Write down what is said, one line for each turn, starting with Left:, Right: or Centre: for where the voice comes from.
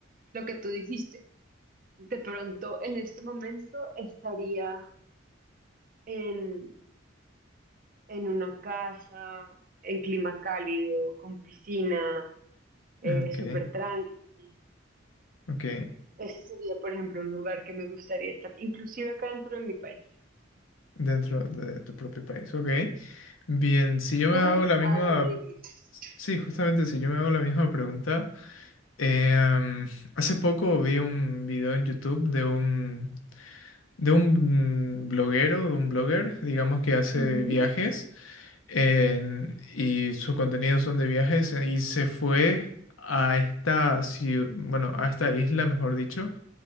Right: lo que tú dijiste, de pronto en este momento estaría en, en una casa, en clima cálido, con piscina, eh,
Left: Ok,
Right: súper tranqui.
Left: ok,
Right: Ese sería, por ejemplo, un lugar que me gustaría estar, inclusive acá dentro de mi país.
Left: dentro de tu propio país, ok. Bien, si yo me
Right: ¿Tú
Left: hago la misma,
Right: a dónde irías?
Left: sí, justamente si yo me hago la misma pregunta, eh, em, hace poco vi un video en YouTube de un, de un bloguero, un blogger, digamos que hace
Right: Ujú,
Left: viajes. en- y sus contenidos son de viajes eh, y se fue a esta ciu- bueno, a esta isla, mejor dicho,